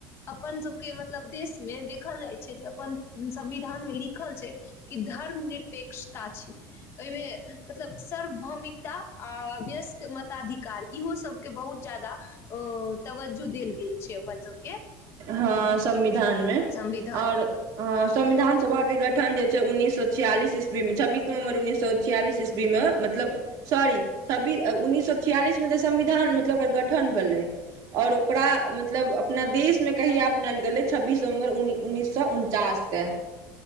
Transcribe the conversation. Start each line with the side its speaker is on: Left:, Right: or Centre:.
Left: अपन सबके मतलब देशमे देखल जाइ छै जे अपन संविधान मे लिखल छै कि धर्म निरपेक्षता छै एहिमे मतलब सार्वभौमिकता आ वयस्क मताधिकार इहो सब के बहुत ज्यादा तवज्जो देल गेल छै अपन सब
Right: हां संविधानमे,
Left: संविधान
Right: और संविधान सभा के गठन जे छै उन्नैस सौ छियालीस इस्वी मे छब्बीस नवम्बर उन्नैस सौ छियालीस ईसवी मे मतलब सारी छब्बीस उन्नीस सौ छियालीस मे त संविधान मतलब गठन भेलै और ओकरा मतलब बीस मे कहीं अपनायल गेलै छब्बीस नवम्बर उन्नैस सौ उनचासके।